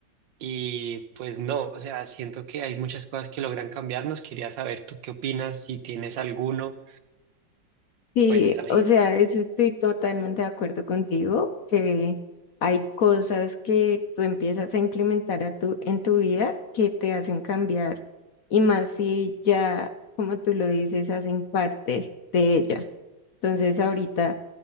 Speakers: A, on the right (about 80°); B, on the left (about 60°).
A: Y pues no, o sea, siento que hay muchas cosas que logran cambiarnos. Quería saber tú qué opinas, si tienes alguno,
B: Sí,
A: cuéntame.
B: o sea, eso estoy totalmente de acuerdo contigo, que hay cosas que tú empiezas a implementar a tu, en tu vida que te hacen cambiar, y más si ya, como tú lo dices, hacen parte de ella. Entonces, ahorita